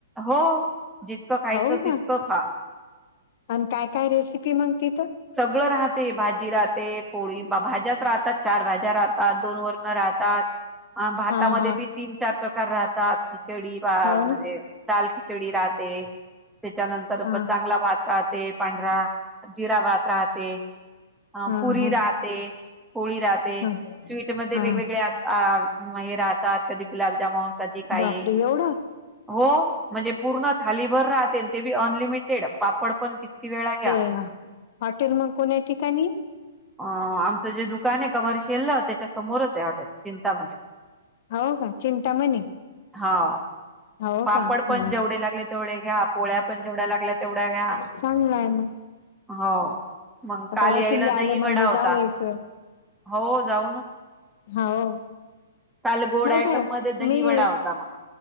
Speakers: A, in the centre; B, on the left.
A: हो. जितकं खायचं
B: हो
A: तितकं
B: का
A: खा.
B: आणि काय काय रेसिपी मग तिथ.
A: सगळं राहते भाजी राहते पोळी भाज्याच राहतात चार भाज्या राहतात दोन वर- राहतात भातामध्ये
B: हा हा
A: बी तीन चार प्रकार राहतात खिचडी म्हणजे-
B: हो ना
A: दाल खिचडी राहते त्याच्यानंतर
B: हा
A: प चांगला भात राहते पांढरा. जिरा भात राहते. अ
B: हा
A: पुरी
B: हा
A: राहते पोळी राहते
B: हा
A: स्वीटमध्ये
B: हा
A: वेगवेगळे्या- अ हे राहतात कधी गुलाबजामुन कधी काही-
B: बापरे एवढं
A: हो म्हणजे पूर्ण थालीभर राहते ते बी अनलिमिटेड पापड पण किती वेळा घ्या.
B: ह हॉटेल मग कोण्या ठिकाणी?
A: अ आमचं जे दुकान आहे कमर्शियल ना त्याच्या समोरच आहेटल चिंतामणी.
B: हो का चिंतामणी.
A: हा.
B: हो
A: पापड
B: का हा
A: पण जेवढे लागले तेवढे घ्या पोळ्या पण जेवढ्या लागल्या तेवढ्या घ्या.
B: चांगलं आहे मग
A: हो. मग
B: आता
A: काल
B: वाशिम
A: यायला
B: ला आलं
A: दही वडा
B: म्हणजे
A: होता
B: जाऊ एक वेळ.
A: हो जाऊ ना.
B: हो.
A: काल गोड
B: माहित
A: आयटम
B: आहे
A: मध्ये दही
B: मी-
A: वडा होता मग